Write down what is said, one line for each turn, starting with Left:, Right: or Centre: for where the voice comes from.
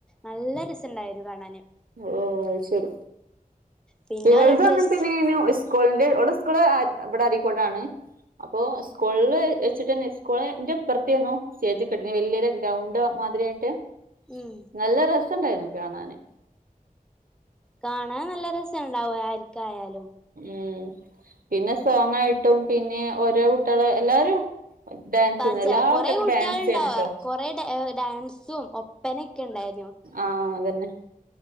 Centre: നല്ല രസണ്ടായിന്നു കാണാന്
Right: ഓഹ് അത്ശരി
Centre: പിന്നെ
Right: ഇവരുതും
Centre: ഓലെ ഡ്രസ്സ്
Right: അങ്ങനതന്നെനു സ്കൂളിന്റെ ഇവള് സ്കൂള് ഇവിടെ അരീക്കോടാണ് അപ്പോ സ്കൂളിൽ വെച്ചിട്ട്ന്നെ സ്കൂളിന്റെ ഇപ്പറത്തെനു സ്റ്റേജ് കെട്ടീനെ വലിയൊരു ഗ്രൗണ്ട് <unintelligible>
Centre: ഉം
Right: നല്ല രസണ്ടായിന്നു കാണാന്
Centre: കാണാൻ നല്ല രസണ്ടാവും ആർക്കായാലും
Right: ഉംപിന്നെ സോങ്ങായിട്ടും പിന്നെ ഓരോ കുട്ടിയാളെ എല്ലാരും ഡാൻസ്
Centre: പക്ഷേ
Right: ചെയ്യുന്നു എല്ലാ
Centre: കൊറേ
Right: കുട്ടികൾക്കും
Centre: കുട്ടിയാൾ
Right: ഡാൻസ് ചെയ്യുന്നുട്ടോ
Centre: ണ്ടാ കൊറെ ഡാൻസും ഒപ്പനൊക്കെ ണ്ടായിന്നു
Right: ആ അതന്നെ